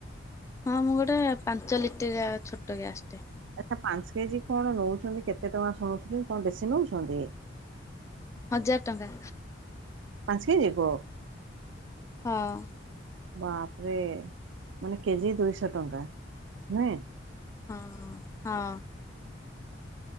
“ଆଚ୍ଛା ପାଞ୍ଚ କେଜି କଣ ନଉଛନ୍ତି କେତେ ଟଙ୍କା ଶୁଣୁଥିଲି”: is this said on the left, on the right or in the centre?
Right